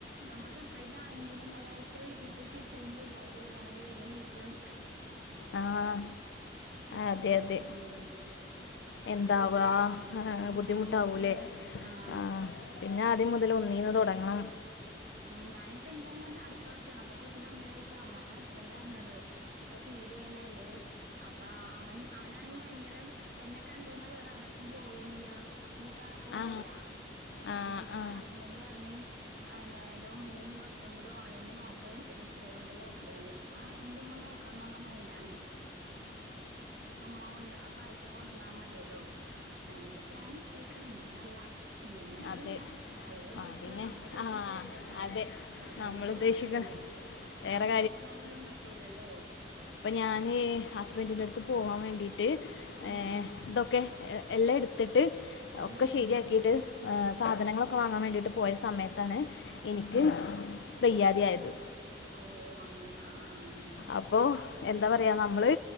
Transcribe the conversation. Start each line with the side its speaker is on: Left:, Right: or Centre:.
Right: നമ്മള് സെപ്പറേറ്റ് ആണെങ്കിലും ഒരാഴ്ച വീട്ടിൽ പോയി തിരിച്ച വരുമ്പോ ഇല്ലാത്തൊരു ഇതാണ് അയ്യോ എങ്ങനൊയിരിക്കും
Left: ആഹ അതെ അതെ
Right: ഉം
Left: എന്താവ
Right: ഉം
Left: ബുദ്ധിമുട്ടാവൂലേ
Right: പിന്നെ ആഹ്
Left: ആഹ പിന്നെ ആദ്യം മുതൽ ഒന്നീന്ന് തുടങ്ങണം
Right: ഉ ഞാനിപ്പോ എന്തായാലും അടുത്ത വർഷമാണ് അപ്പൊ കൊച്ചിന് ഒന്നര വയ്യാസവും അപ്പൊ ഹസ്ബൻറ് പറഞ്ഞത് ഇപ്പൊ ഫീഡ് ചെയ്യണല്ലേ അപ്പ അവൻ അവനാണെങ്കി ഭയങ്കര എന്നെ കണ്ടഴനാ വേറ ആരെ ടത്തും പോവേന്നു ല്ല മൂത്താള പോലെയല്ല
Left: ആ ആ
Right: അങ്ങനത്തെ അപ്പ
Left: ആ
Right: ഹസ്ബൻഡ് പറ ഞ്ഞ് എന്തായാലും നീ ഈ വർഷം കൂടി ഓൺലൈനിൽ നോക്ക് നെക്സ്റ്റ് ഇയ ർ മുതല് ഓഫ്ലൈനിൽ അപ്പ എന്റെ ഉമ്മ നോക്കാം എന്നുള്ള മൈൻഡ് ആണ് ഉമ്മ കൊണ്ടോ അപ്പായിച്ചകൊണ്ടന്നാ മതിയല്ലോ അങ്ങനെയൊക്കെ പ്ലാൻ ഇട്ടേക്കാണ് ഇൻശാഅള്ള എങ്ങനെന്നറിയില്ല
Left: അതെ
Right: അള്ള ഉദ്ദേശിക്കണോ
Left: ആ പിന്നെ
Right: നമ്മ ഉദ്ദേശി
Left: ആ
Right: ക്കന പോലല്ലല്ലോ
Left: അതെ
Right: റബിന്റെൽ
Left: നമ്മൾ ഉദ്ദേശിക്ക
Right: വേറെ കാര്യല്ലേ
Left: വേറെ
Right: നമ്മ ഉദ്ദേശിക്ണ പോലെ ഒന്നും ട്ടൂലല്ലോ
Left: അപ്പൊ ഞാന് ഹസ്ബൻഡിൻ്റെടുത്ത് പോവാ വേണ്ടിട്ട്
Right: ഉം
Left: ഏഹ്
Right: ഉം
Left: ഇതൊ ക്കെ എ എല്ലാ എടുത്തിട്ട് ഒക്കെ
Right: ഉം ഉം
Left: ശരിയാക്കിയിട്ട് ആഹ് സാധനങ്ങളൊക്കെ വാങ്ങാൻ വേണ്ടിട്ട് പോയ സമയത്താണ് എനിക്ക് വയ്യാതെ ആയത്
Right: ഓ അങ്ങനെ ആഹ് ആഹ്
Left: അപ്പോ എന്താ പറയ നമ്മള്